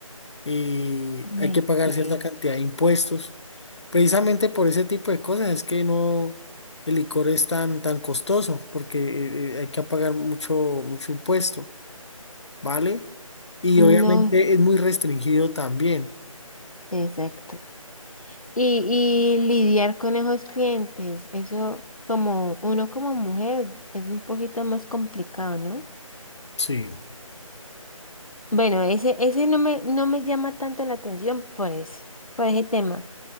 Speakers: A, on the left; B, on the left.
A: y hay
B: Ay,
A: que pagar
B: Sí.
A: cierta cantidad de impuestos. Precisamente por ese tipo de cosas es que no el licor es tan, tan costoso, porque eh, eh, hay que pagar mucho, mucho impuesto, ¿vale? Y
B: No,
A: obviamente es muy restringido también.
B: exacto. Y, y lidiar con esos clientes, eso como uno como mujer es un poquito más complicado, ¿no?
A: Sí.
B: Bueno, ese, ese no me, no me llama tanto la atención por ese, por ese tema,